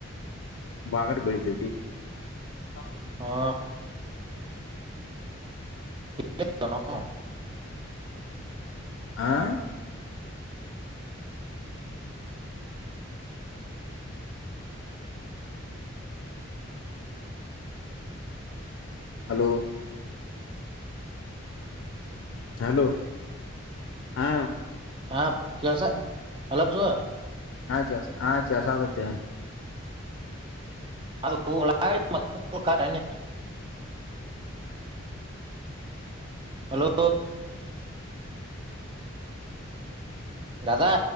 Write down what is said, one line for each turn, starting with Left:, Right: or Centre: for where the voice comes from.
Left: ಬಾಗಟ್ ಬೆೀಳಿತತಿ ಹ
Right: ಹಾ ಹ
Left: ಆಾ ಹಲೋ ಹಲೋ ಹಾ
Right: ಹಾ ಕೆಳ್ಸ ಅಲಬ್ ಜ
Left: ಆಾ್ ಕೆ ಹಾ್ ಕೆಲಸ ಆಗುತ್ತೆ
Right: ಅದು ಆಡಿ ಮತ್ತು ಉಳಕಾಡ್ಣ್ಣ ಹಲೋ ದಾದಾ